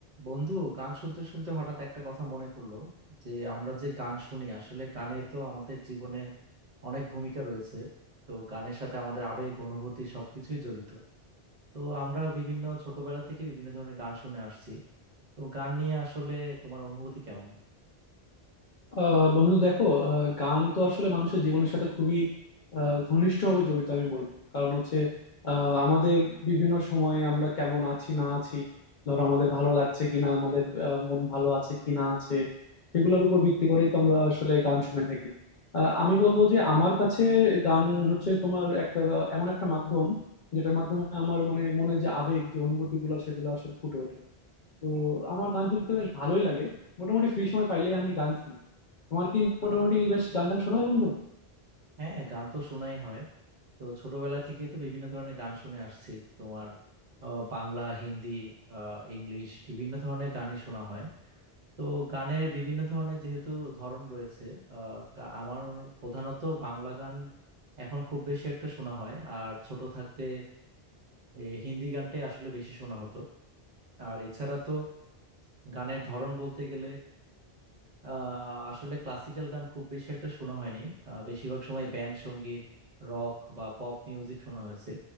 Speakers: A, on the right; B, on the left.
A: বন্ধু গান শুনতে শুনতে হঠাৎ একটা কথা মনে পড়লো যে আমরা যে গান শুনি আসলে গানে তো আমাদের জীবনে অনেক ভূমিকা রয়েছে তো গানের সাথে আমাদের আবেগ অনুভূতি সবকিছুই জড়িত তো আমরা বিভিন্ন ছোটবেলা থেকে বিভিন্ন ধরনের গান শুনে আসছি তো গান নিয়ে আসলে তোমার অনুভূতি কেমন
B: আহ বন্ধু দেখো আহ, গান তো আসলে মানুষের জীবনের সাথে খুবই আহ, ঘনিষ্ঠভাবে জড়িত আমি বলবো কারণ হচ্ছে আহ, আমাদের বিভিন্ন সময়ে আমরা কেমন আছি না আছি ধরো আমাদের ভালো লাগছে কিনা আমাদের আহ, মন ভালো আছে কি না আছে সেগুলোর উপর ভিত্তি করেই তো আমরা আসলে গান শুনে থাকি আহ, আমি বলবো যে আমার কাছে গান হচ্ছে তোমার একটা আহ, এমন একটা মাধ্যম যেটার মাধ্যমে আমার মানে মনে যে আবেগ যে অনুভূতিগুলো সেগুলো আসলে ফুটে ওঠে তো আমার গান শুনতে বেশ ভালোই লাগে মোটামুটি ফ্রি সময় পাইলেই আমি গান শুনি তোমার কি মোটামুটি বেশ গান টান শোনা হয় বন্ধু
A: হ্যাঁ গান তো শোনাই হয় তো ছোটবেলা থেকেই তো বিভিন্ন ধরনের গান শুনে আসছি তোমার আহ, বাংলা হিন্দি আহ ইংলিশ বিভিন্ন ধরনের গানই শোনা হয় তো গানের বিভিন্ন ধরনের যেহেতু ধরন রয়েছে আহ, গা- আমার প্রধানত বাংলা গান এখন খুব বেশি একটা শোনা হয় আর ছোট থাকতে এ, হিন্দি গানটাই আসলে বেশি শোনা হতো আর এছাড়া তো গানের ধরন বলতে গেলে আহ, আসলে ক্লাসিক্যাল গান খুব বেশি একটা শোনা হয়নি আহ, বেশিরভাগ সময় ব্যান্ড সঙ্গীত রক বা পপ মিউজিক শোনা হয়েছে